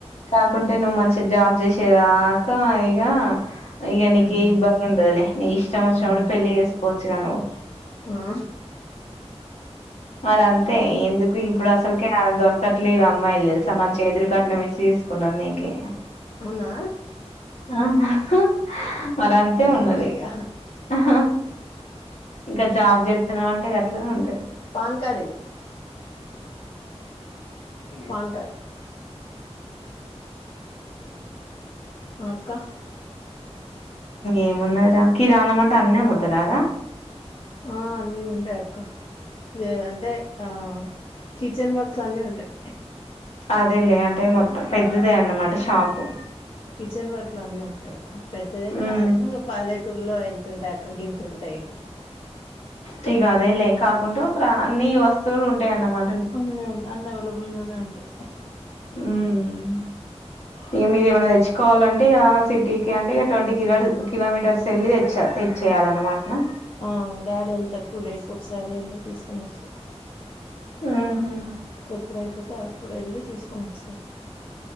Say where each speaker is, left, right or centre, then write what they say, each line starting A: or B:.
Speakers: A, on the left; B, on the left.
A: కాకుంటే
B: ఉమ్,
A: నువ్వు మంచి జాబ్ చేసేదాక ఇగ ఇగ నీకు
B: ఉమ్,
A: ఏ ఇబ్బ లుండదులే నీ ఇష్టం వచ్చినప్పుడు
B: ఉమ్,
A: పెళ్ళి చేసుకోవచ్చుగా నువ్
B: ఆ
A: మరి అంతే ఎందుకు ఇప్పుడు
B: అంతే
A: అసలుకే ఆందో క్కట్లేరు అమ్మాయిలు తెలుసా మంచిగా ఎదురుకట్నం ఇచ్చి చేసుకుంటారు నీకే
B: అవునా
A: ఆహా మరి అంతే
B: ఏమో
A: ఉన్నది
B: ఇగ
A: ఆహా ఇంకా జాబ్ చేస్తున్నావు అంటే గట్లనే ఉంటది
B: పాన్ కార్డ్ ఇది పాన్ కార్డ్ ఆ అక్క
A: ఏం ఉన్నదిరా కిరాణం అంటే అన్నీ అముతారా రా
B: ఆ అన్నీ ఉంటాయి అక్క ఏ అంటే ఆ కిచెన్ వర్క్స్ అన్నీ ఉంటాయి
A: అదేలే అంటే మొత్తం పెద్దదే అన్నమాట షాపు
B: కిచెన్ వర్క్ లు అన్నీ ఉంటాయి ఇగ పెద్దదేం
A: ఉమ్
B: కాదు ఇంకా పల్దేటూర్లో ఇ తుంటాయి అక్క గింతుంటాయి ఇక
A: టిగ అదేలే కాకుంటే <unintelligible> అన్నీ వస్తువులు ఉంటాయి అన్నమా
B: అవునవును అన్నీ అవైలబుల్ గానే ఉంటాయి.
A: ఊమ్ ఇగ మీరేమన్నా తెచ్చుకోవాలంటే ఇగ సిటీకి అంటే ఇగ ట్వంటీ కిలో టీ కిలోమీటర్స్ వెళ్ళి తెచ్చా తెచ్ చెయ్యాలన్నమాటనా?
B: ఆ డాడీ వెళ్తాడు టూ డేస్ కి ఒకసారి వెళ్ళి తీసుకొని వస్తాడు.
A: ఉహు
B: ఎప్పుడయిపోతే అప్పుడు వెళ్లి తీసుకొని వస్తాడు.